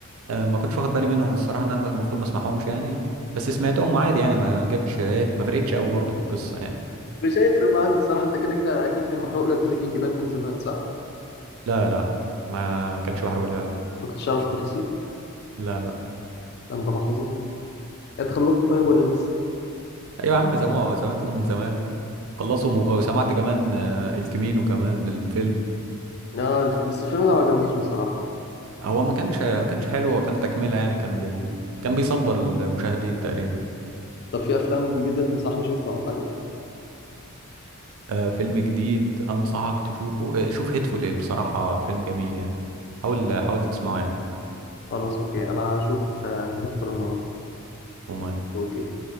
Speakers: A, on the right; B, on the left.
A: أه ما كنتش واخد بالي منهم الصراحه ان انا المفروض ما اسمعهمش يعني بس سمعتهم وعادي يعني ما جاتش ايه ما فرقتش قوي برضه في القصه يعني
B: مش هيفرق معاك بصراحة انت كده كده أكيد كان محروق لك بريكنج باد من زمان صح؟
A: لا لا ما كانش بحرق لي قوي
B: ما كنتش عارف التفاصيل؟
A: لا لا
B: ده انت محظوظ انت خلصت طيب ولا لسه؟
A: ايوه يا عم زمان سمعتهم من زمان خلصهم وغ- وسمعت كمان آه، الكمينو كمان الفيلم
B: اه الف... بس الفيلم ده ما عجبنيش بصراحة
A: هو ما كانش ما كانش حلو هو كان تكملة يعني كان بي كان بيصبر المشاهدين تقريبا
B: طب في أفلام جديدة تنصحني أشوفها أو حاجة؟
A: آه، فيلم جديد أنصحك تشوفه آه، شوف هيتفول إيد بصراحة فيلم جميل يعني حاول حاول تسمعه يعني
B: خلاص أوكي أنا هشوف هيدفول النهاردة
A: وما
B: أوكي